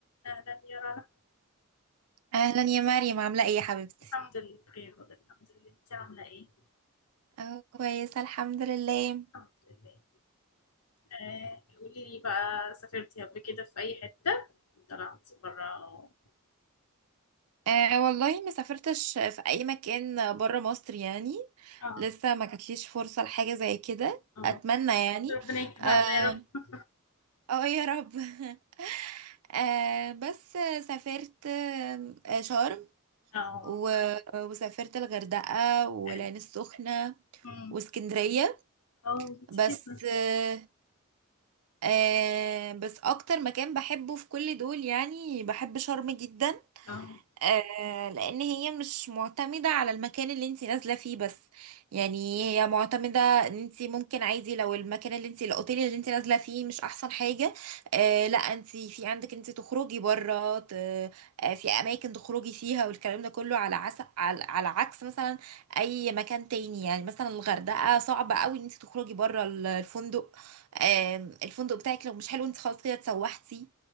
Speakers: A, on the left; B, on the right.
A: أهلا يا رنا
B: اهلا يا مريم عامله ايه يا حبيبتي
A: الحمد لله بخير والله الحمد لله أنت عاملة إيه؟
B: اه كويسة الحمد لله
A: الحمد لله آه قولي لي بقى سافرتي قبل كده في أي حتة؟ طلعتي برا أو
B: أه والله ما سافرتش في اي مكان بره مصر يعني
A: آه
B: لسه ما جاتليش فرصه لحاجه زي كده
A: آه
B: اتمنى يعني
A: ربنا يكتبها
B: اه
A: لنا يا رب
B: آه يا رب <laughs> أه بس سافرت آم، آه، شرم
A: <laughs> آه
B: و- وسافرت الغردقه والعين
A: حلو
B: السخنه
A: أمم.
B: واسكندرية
A: آه كتير
B: بس آه آه، بس اكتر مكان بحبه في كل دول يعني بحب شرم جدا
A: آه
B: آه، لان هي مش معتمدة على المكان اللي انت نازلة فيه بس يعني هي معتمدة ان انت ممكن عادي لو المكان اللي انت الاوتيل اللي انت نازلة فيه مش احسن حاجة آه لا انت في عندك انت تخرجي بره ت- آه في اماكن تخرجي فيها والكلام ده كله على عس على, على عكس مثلا اي مكان تاني يعني مثلا الغردقة صعب قوي ان انت تخرجي بره الفندق آه الفندق بتاعك لو مش حلو انت خلاص كده اتسوحتي